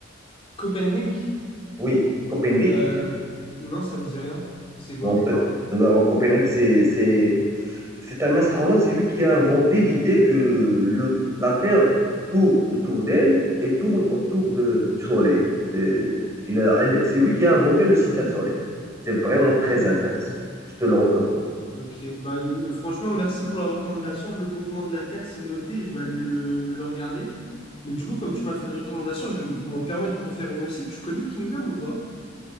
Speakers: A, on the left; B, on the right.
A: Copenhague?
B: Oui, Copenhague.
A: Euh, non, ça me dit rien. C'est quoi?
B: En fait, euh, Copenhague, c'est, c'est, c'est un astronaute, c'est lui qui a inventé l'idée que le, la Terre tourne autour d'elle et tourne autour de- du Soleil. Euh, il a- elle- c'est lui qui a inventé le système solaire. C'est vraiment très intéressant. Je te le recommande.
A: Ok, bah, mais franchement, merci pour la recommandation. Le mouvement de la Terre, c'est noté, je vais aller le, le regarder. Mais du coup, comme tu m'as fait une recommandation, je vais m'en permettre de t'en faire une aussi. Tu connais Kingdom ou pas?